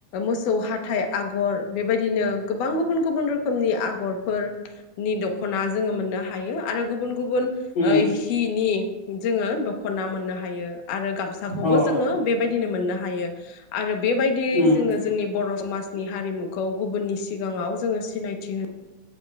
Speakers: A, on the left; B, on the left.
A: मोसौ हाथाइ आगर बेबायदिनो गोबां गुबुन गुबुन रोखोमनि आगर फोरनि दखना जोङो मोननो हायो आरो गुबुन गुबुन
B: उम
A: ओइ हि नि जोङो दखना मोननो हायो। आरो गामसाखौबो
B: उम
A: जोङो बेबायदिनो मोननो हा हायो आरो बेबायदियै
B: उम
A: जोङो जोंनि बर समाज। नि हारिमुखौ गुबुननि सिगाङाव जोङो सिनायथि होनो।